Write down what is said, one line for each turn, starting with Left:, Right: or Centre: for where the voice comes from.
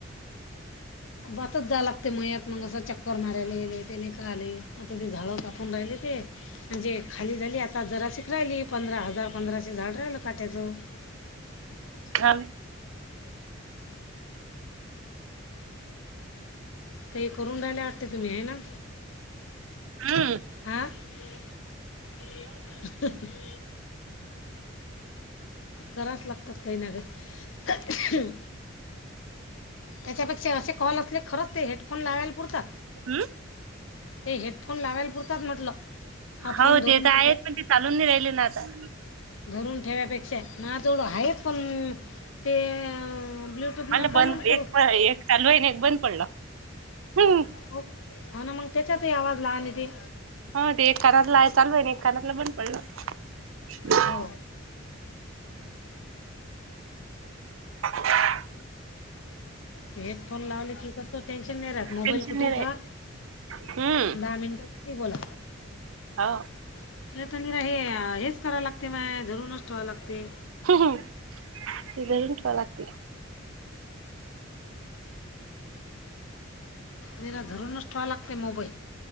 Left: भातच जाया लागते मयात मग असं चक्कर मारायला गले त्याने का आले आता ते झाडं कापून राहिले. ते म्हणजे खाली झाली आता जरासिक राहिली पंधरा हजार पंधराशे झाड राहिल काट्याच. <inaudible>
Right: हम्म.
Left: काही करून राहायला वाटते तुम्ही आहे ना?
Right: हा
Left: हा <unintelligible> करावच लागतात काही ना काही त्यांच्यापेक्षा असे कॉल असले खरंच ते हेडफोन लावायला पुरतात
Right: हम्म.
Left: हे हेडफोन लावायला पुरतात म्हटलं हा फोन
Right: हो
Left: धरून
Right: ते तर
Left: ठेक
Right: आहेत पण ते चालून नाही राहिले ना आता.
Left: धरून ठेव्यापेक्षा जवळ हाय पण ते ब्ल्युटूथ
Right: मला
Left: ना चालू
Right: बंद
Left: करू
Right: एक प- एक चालू आहे आणि एक बंद पडलं. हम्म.
Left: हो हो ना मग त्यांच्यातही आवाज लाहन आणि येते
Right: हो ते एक कानातलं आहे चालू आहे ना एक कानातलं बंद पडलं
Left: हो
Right: <unintelligible>
Left: हेडफोन लावले की कसं टेन्शन नाही राहत मोबाईल
Right: टेन्शन
Left: कुठेही
Right: नाही राहत.
Left: ठेवा
Right: हम्म.
Left: दहा मिनटं किती बोला
Right: हा.
Left: मला तर निरा हे हेच करावं लागते माय धरूनच ठेवा लागते
Right: धरून ठेवा लागते
Left: जला धरूनच ठेवाव लागते मोबईल